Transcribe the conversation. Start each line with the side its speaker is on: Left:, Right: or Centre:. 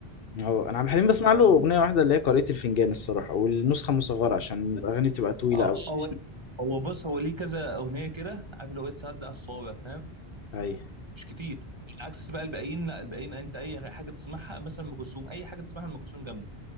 Left: اه أنا عبد الحليم بسمع
Right: ما-
Left: له أغنية واحدة اللي هي قارئة الفنجان الصراحة والنسخة مصغرة عشان الأغاني بتبقى طويلة
Right: آه،
Left: أوي
Right: هو هو بص هو ليه كذا اغنيه كده عارف اللي هو إيه، تصدق الصوابع فاهم
Left: أيوه
Right: مش كتير عكس بقى الباقيين لا الباقيين انت اي حاجه تسمعها مثلا ام كلثوم اي حاجه تسمعها ام كلثوم جامده